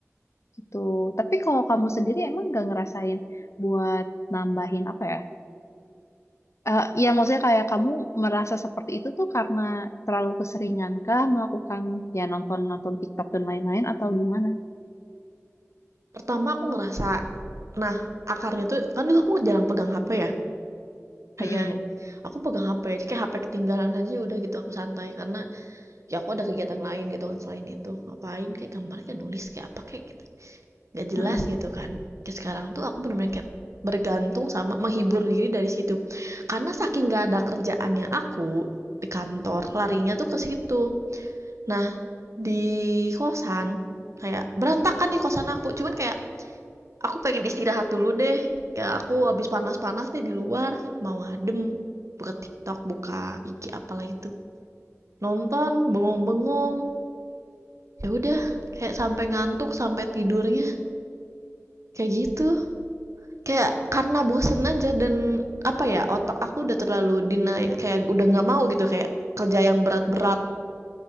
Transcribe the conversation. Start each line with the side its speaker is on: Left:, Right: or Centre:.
Left: gitu. Tapi kalau kamu sendiri emang gak ngerasain buat nambahin apa ya? Eh, Iya ya maksudnya kayak kamu merasa seperti itu tuh karena terlalu keseringan kah melakukan ya nonton-nonton TikTok dan lain-lain atau gimana?
Right: Pertama aku ngerasa nah, akarnya tuh kan dulu aku jarang pegang HP ya, kayak
Left: Mm-mm,
Right: aku pegang HP aja kayak HP ketinggalan aja udah gitu aku santai karena ya aku ada kegiatan lain gitu kan selain itu, ngapain kayak gambar kayak nulis kayak apa kayak gitu, nggak jelas
Left: mm-mm,
Right: gitu kan. Kayak sekarang tuh aku bener-bener kayak bergantung sama menghibur diri dari situ. Karena saking nggak ada kerjaannya aku di kantor, larinya tuh ke situ. Nah, di kosan kayak berantakan nih kosan aku, cuman kayak Aku pengen istirahat dulu deh. Kayak aku habis panas-panas nih di luar, mau adem. Buka TikTok, buka IG apalah itu. Nonton, bengong-bengong. Ya udah, kayak sampai ngantuk, sampai tidurnya. Kayak gitu. Kayak karena bosen aja dan apa ya, otak aku udah terlalu denial, kayak udah nggak mau gitu kayak kerja yang berat-berat.